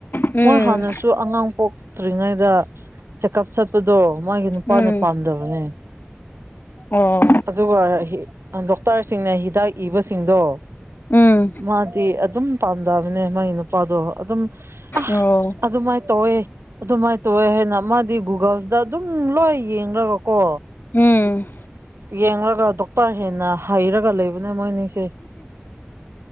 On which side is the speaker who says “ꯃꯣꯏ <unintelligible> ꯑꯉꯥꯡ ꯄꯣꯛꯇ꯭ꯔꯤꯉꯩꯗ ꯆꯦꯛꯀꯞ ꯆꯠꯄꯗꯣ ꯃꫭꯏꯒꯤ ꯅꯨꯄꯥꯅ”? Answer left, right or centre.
Right